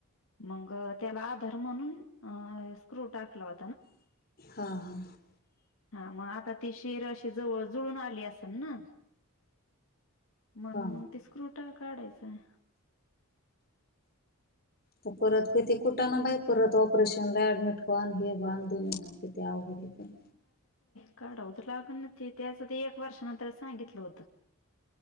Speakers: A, on the left (about 70°); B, on the left (about 45°).
A: मग त्याला आधर्मणून अ स्क्रुट हो
B: हा हा
A: मग आता ती शिर अशी ज जुळून आली असेल ना मन
B: हा
A: मग ती स्क्रुटा काढायचाय
B: तर परत किती कुठं ना बाई परत ऑपरेशन ला ऍडमिट करन हे बन ना कि तेव कडे तर
A: काढावत लागण ना ते त्याचं ते एक वर्षानंतर सांगितलं होत